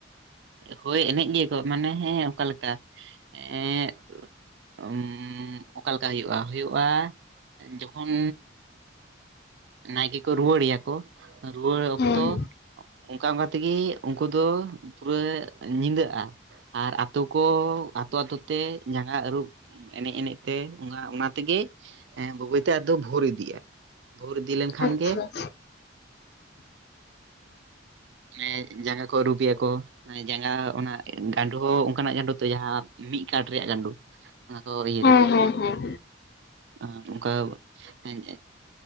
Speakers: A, on the right; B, on the left.
A: ᱦᱳᱭ ᱮᱱᱮᱡ ᱜᱮᱭᱟᱠᱚ ᱢᱟᱱᱮ, ᱦᱮᱸ ᱚᱠᱟᱞᱮᱠᱟ ᱮᱸ ᱩᱢ ᱚᱠᱟᱞᱮᱠᱟ ᱦᱩᱭᱩᱜ-ᱟ ᱦᱩᱭᱩᱜ? ᱵᱟ ᱡᱚᱠᱷᱚᱱ ᱱᱟᱭᱠᱮ ᱠᱚ ᱨᱩᱣᱟᱹᱲᱮᱭᱟ ᱠᱚ ᱨᱩᱣᱟᱹᱲ ᱚᱠᱛᱚ
B: ᱦᱮᱸ ᱦᱮᱸ
A: ᱚᱱᱠᱟ ᱚᱱᱠᱟ ᱛᱮᱜᱮ ᱩᱱᱠᱩ ᱫᱚ, ᱯᱩᱨᱟᱹ ᱧᱤᱫᱟᱹᱜ-ᱟ ᱟᱨ ᱟᱛᱳ ᱠᱚ ᱟᱛᱳ ᱟᱛᱳ ᱛᱮ ᱡᱟᱸᱜᱟ ᱟᱹᱨᱩᱵᱽ ᱮᱱᱮᱡ ᱮᱱᱮᱡ ᱛᱮ ᱚᱱᱟ ᱚᱱᱟ ᱛᱮᱜᱮ ᱵᱟᱹᱭ ᱵᱟᱹᱭ ᱛᱮ ᱟᱫᱚ ᱵᱷᱳᱨ ᱤᱫᱤᱜ-ᱟ᱾ ᱵᱷᱳᱨ ᱤᱫᱤ ᱞᱮᱱ ᱠᱷᱟᱱ
B: ᱟᱪᱪᱷᱟ
A: ᱜᱮ ᱦᱮᱢ ᱡᱟᱸᱜᱟ ᱠᱚ ᱟᱨᱩᱵᱭᱟ ᱠᱚ ᱡᱟᱸᱜᱟ ᱚᱱᱟ ᱜᱟᱸᱰᱳ ᱦᱚᱸ ᱚᱱᱠᱟᱱᱟᱜ ᱜᱟᱸᱰᱳ ᱛᱮ ᱡᱟᱦᱟᱸ ᱢᱤᱫ ᱠᱟᱴ ᱨᱮᱭᱟᱜ ᱜᱟᱸᱰᱳ᱾ ᱚᱱᱟ ᱠᱚ
B: ᱟᱪᱪᱷᱟ
A: ᱤᱭᱟᱹ ᱫᱟᱠᱚ
B: ᱦᱮᱸ ᱦᱮᱸ ᱦᱮᱸ
A: ᱟᱨ ᱚᱱᱠᱟ᱾ ᱦᱮᱢ